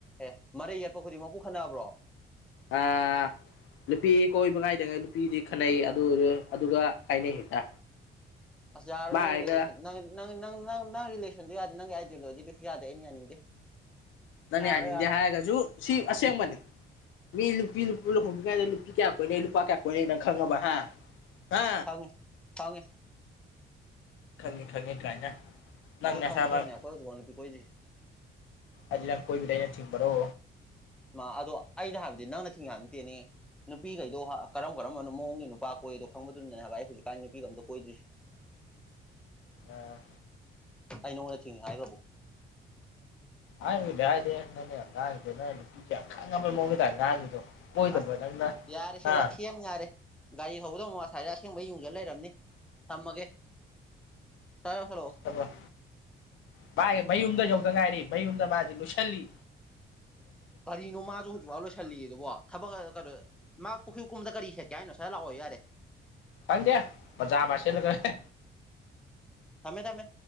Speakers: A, in the centre; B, on the left.
A: ꯑꯦ ꯃꯔꯩ ꯌꯦꯠꯄ ꯈꯨꯗꯤꯡꯃꯛꯄꯨ ꯈꯠꯅꯕ꯭ꯔꯣ
B: ꯑꯥ ꯅꯨꯄꯤ ꯀꯣꯏꯕ ꯉꯥꯏꯗꯉꯩ ꯅꯨꯄꯤꯗꯤ ꯈꯠꯅꯩ ꯑꯗꯨ ꯑꯣꯏꯔꯒ ꯑꯗꯨꯒ ꯀꯥꯏꯅꯩ ꯍꯦꯛꯇ
A: ꯑꯁ ꯌꯥꯔꯣꯏ
B: ꯃꯥ
A: ꯅꯣꯏ
B: ꯑꯩꯒ
A: ꯔꯤꯂꯦꯁꯟ ꯅꯪ ꯅꯪ ꯅꯪ ꯅꯪ ꯅꯪ ꯔꯤꯂꯦꯁꯟꯗꫭ ꯌꯥꯗꯦ ꯅꯪꯒꯤ ꯑꯥꯏꯗꯦꯂꯣꯖꯤꯗꯨꯁꯨ ꯌꯥꯗꯦ ꯑꯩꯅ ꯌꯥꯅꯤꯡꯗꯦ
B: ꯅꯪꯅ
A: ꯌꯥꯔꯣꯏ
B: ꯌꯥꯅꯤꯡꯗꯦ
A: ꯌꯥꯔꯣꯏ
B: ꯍꯥꯏꯔꯒꯖꯨ ꯁꯤ ꯑꯁꯦꯡꯕꯅꯦ ꯃꯤ ꯂꯨꯄꯤ ꯂꯨꯄ ꯂꯨꯍꯣꯡꯗꯔꯤ ꯉꯩꯗ ꯅꯨꯄꯤ ꯀꯌꯥ ꯀꯣꯏꯅꯩ ꯅꯨꯄꯥ ꯀꯌꯥ ꯀꯣꯏꯅꯩ ꯅꯪ ꯈꯪꯉꯕ ꯍꯥ ꯍꯥ
A: ꯈꯪꯉꯦ ꯈꯪꯉꯦ
B: ꯈꯪꯉꯦ ꯈꯪꯉꯦ ꯀꯥꯏꯅ ꯅꯪꯅꯁꯥꯃꯛ
A: ꯑꯗꯨ ꯈꯪꯕꯗꯨꯅꯅꯦ ꯑꯩꯈꯣꯏ ꯍꯧꯖꯤꯛꯐꯥꯎ ꯅꯨꯄꯤ ꯀꯣꯏꯗ꯭ꯔꯤꯁꯦ
B: ꯑꯅꯤꯔꯛ ꯀꯣꯏꯕꯤꯗꯩꯩ ꯅ ꯆꯤꯡꯗꯔꯣ
A: ꯃꯥ ꯑꯗꯣ ꯑꯩꯅꯥ ꯍꯥꯏꯕꯗꯤ ꯅꯪꯅ ꯊꯤꯡꯉꯦ ꯍꯥꯏꯕ ꯅꯠꯇꯦꯅꯦ ꯅꯨꯄꯤꯒꯩꯗꯣ ꯍꯥ ꯀꯔꯝ ꯀꯔꯝꯕꯅꯣ ꯃꯑꯣꯡꯒꯤ ꯅꯨꯄꯥ ꯀꯣꯏꯗꯣ ꯈꯪꯕꯗꯨꯅꯥꯅꯦ ꯍꯥꯏꯕ ꯑꯩ ꯍꯧꯖꯤꯛꯀꯥꯟ ꯅꯨꯄꯤꯒ ꯑꯝꯇ ꯀꯣꯏꯗ꯭ꯔꯤꯁꯤ <inaudible> <unintelligible>
B: ꯑ
A: ꯑꯩ ꯅꯉꯣꯟꯗ ꯊꯤꯡꯉꯦ ꯍꯥꯏꯒꯔꯕꯣ
B: ꯍꯥꯏꯕꯨꯗꯤ ꯍꯥꯏꯗꯦ ꯅꯪꯅ ꯉꯥꯡꯉꯤꯗꯨꯅ ꯅꯨꯄꯤ ꯀꯌꯥ ꯈꯪꯉꯕꯥ ꯃꯑꯣꯡꯗ ꯇꯥꯞ ꯉꯥꯡꯉꯤꯗꯣ ꯀꯣꯏꯗꯕ
A: ꯑꯁ
B: ꯅꯪꯅ
A: ꯌꯥꯔꯦ ꯁꯦ
B: ꯍꯥ
A: ꯋꯥꯊꯤ ꯌꯥꯝ ꯌꯥꯔꯦ ꯒꯥꯔꯤ ꯊꯧꯕꯗ ꯑꯃꯨꯛ ꯑꯁꯥꯥꯏꯗꯥ ꯁꯦꯡꯕꯩ ꯌꯨꯡꯖꯟ ꯂꯩꯔꯝꯅꯤ ꯊꯝꯃꯒꯦ ꯇꯔ ꯌꯧꯁꯜꯂꯛꯑꯣ
B: ꯑꯩꯃ ꯇꯥꯏꯌꯦ ꯕꯥꯏ ꯌꯨꯝꯗ ꯌꯧ ꯗꯉꯥꯏꯔꯤ ꯕꯥꯏ ꯌꯨꯝꯗ ꯃꯥ ꯍꯧꯖꯤꯛ ꯂꫭꯏꯁꯜꯂꯤ
A: ꯀꯔꯤꯅꯣ ꯃꯥꯖꯨ ꯍꯧꯖꯤꯛꯐꯥꯎ ꯂꯣꯏꯁꯤꯜꯂꯤ ꯑꯗꯨꯕꯣ ꯊꯕꯛ ꯑ ꯀꯩꯅꯣ ꯃꯥ ꯄꯨꯈ꯭ꯔꯤ ꯀꯨꯝꯕꯗ ꯀꯔꯤ ꯁꯠꯀꯦ ꯍꯥꯏꯅꫭ ꯁꯠ ꯂꯥꯛꯑꯣꯌꯨ ꯌꯥꯔꯦ
B: ꯀꯪꯗ ꯄꯖꯥꯃꯥꯁꯦꯠꯂꯒ ꯍꯦ
A: ꯊꯝꯃꯦ ꯊꯝꯃꯦ